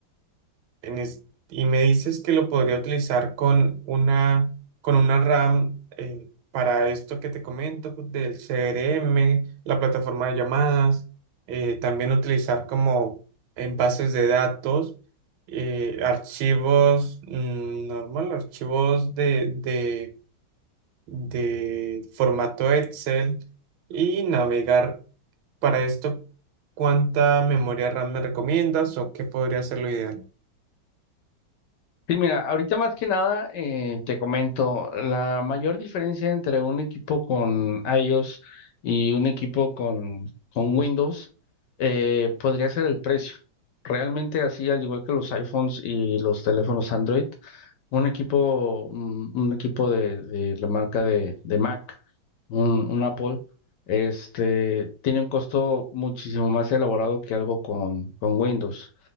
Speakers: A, on the right (about 80°); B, on the left (about 70°).
A: en es- y me dices que lo podría utilizar con una, con una RAM eh, para esto que te comento del CRM, la plataforma de llamadas, eh, también utilizar como en bases de datos, eh, archivos mm, normal, archivos de, de, de formato Excel y navegar para esto. ¿Cuánta memoria RAM me recomiendas o qué podría ser lo ideal?
B: Sí, mira, ahorita más que nada eh, te comento, la mayor diferencia entre un equipo con iOS y un equipo con, con Windows eh, podría ser el precio. Realmente así, al igual que los iPhones y los teléfonos Android, un equipo, un, un equipo de, de la marca de, de Mac, un, un Apple, este, tiene un costo muchísimo más elaborado que algo con, con Windows.